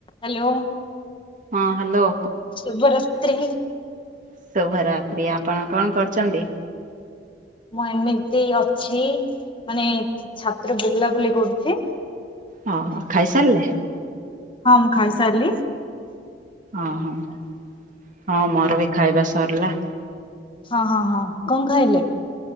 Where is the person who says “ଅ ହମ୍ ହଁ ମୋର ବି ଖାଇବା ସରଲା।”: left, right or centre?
Right